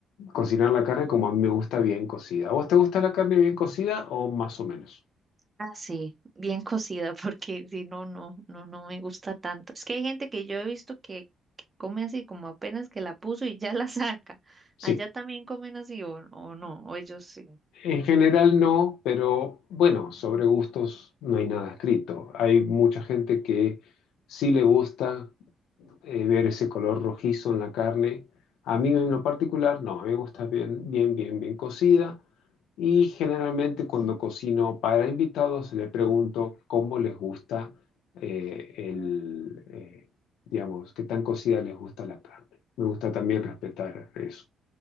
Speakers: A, on the left; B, on the right.
A: cocinar la carne como a mí me gusta bien cocida. ¿A ¿Vos te gusta la carne bien cocida o más o menos?
B: Ah, sí, bien <laughs> cocida, porque si no, no, no, no me gusta tanto. Es que hay gente que yo he visto que que come así, como apenas que la puso y ya <laughs> la saca.
A: Sí,
B: Allá también comen así o, o no, o ellos sí.
A: en general no, pero bueno, sobre gustos no hay nada escrito. Hay mucha gente que sí le gusta eh, ver ese color rojizo en la carne. A mí en lo particular no, a mí me gusta bien, bien, bien, bien cocida. Y generalmente cuando cocino para invitados le pregunto cómo les gusta eh, el, eh, digamos, qué tan cocida les gusta la carne. Me gusta también respetar eso.